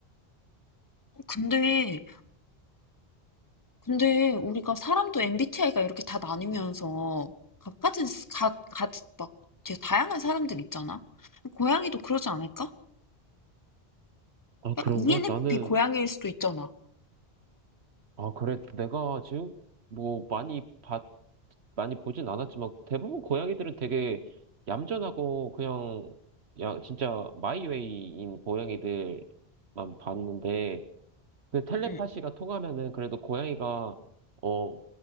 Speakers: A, on the left; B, on the right.
A: 어, 근데, 근데 우리가 사람도 MBTI가 이렇게 다 나뉘면서 각가은 각, 각, 막 되게 다양한 사람들 있잖아? 고양이도 그러지 않을까?
B: 아,
A: 약간
B: 그런가?
A: ENFP
B: 나는,
A: 고양이일 수도 있잖아.
B: 아, 그래. 내가 지금 뭐 많이 봤, 많이 보진 않았지만 대부분 고양이들은 되게 얌전하고 그냥, 야, 진짜 마이웨이인 고양이들만 봤는데 그 텔레파시가
A: 응.
B: 통하면은 그래도 고양이가, 어,